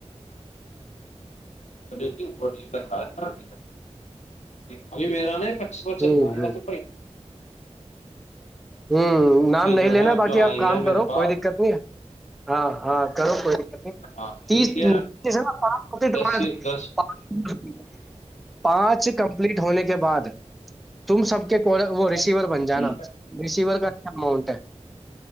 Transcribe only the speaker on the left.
لیکن وہٹ کا خارام ہے ابھی میرا نا کچ کو
چل رہا ہے
ویسے
یہ
جو
ہے اب
جو آئی
ہے
میرے
پاس
ہاں یعنی
کہ
دس سے دس
ٹھیک
ہے